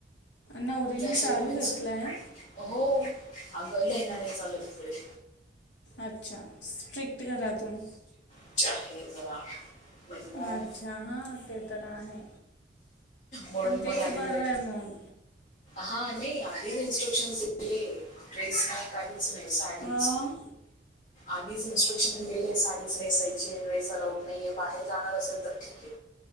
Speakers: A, on the left; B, on the left.
A: नवरीने
B: या साईडनेच
A: शालू घेतला आहे.
B: हो अग लेंहगा नाही चालत तिकडे.
A: अच्छा, स्ट्रिक्ट घरातून
B: <unintelligible> मॉम
A: अच्छा हा ते तर आहे.
B: म्हणून
A: पण
B: मग
A: तेच
B: आधीच
A: बर
B: नाही
A: आहे मग.
B: हा नाही आधीच इन्स्ट्रक्शन दिले. ड्रेस नाही काहीच नाही साडीच.
A: अं,
B: आधीच इन्स्ट्रक्शन दिलेले आहे साडीच नेसायची आहे. ड्रेस अलाऊड नाहीये. बाहेर जाणार असेल तर ठीक.